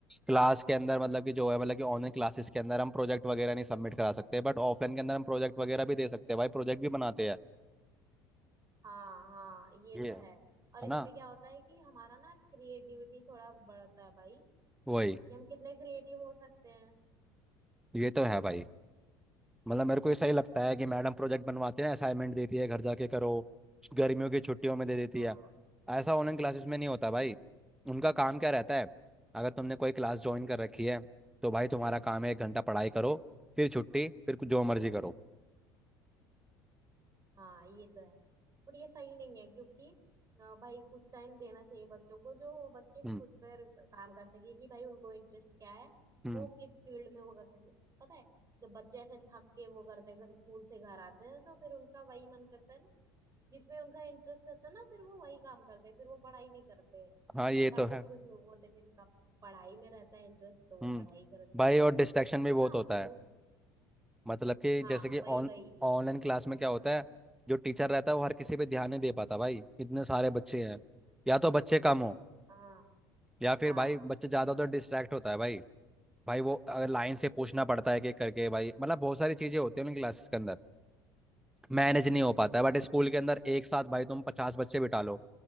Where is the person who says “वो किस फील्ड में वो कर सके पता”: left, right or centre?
Right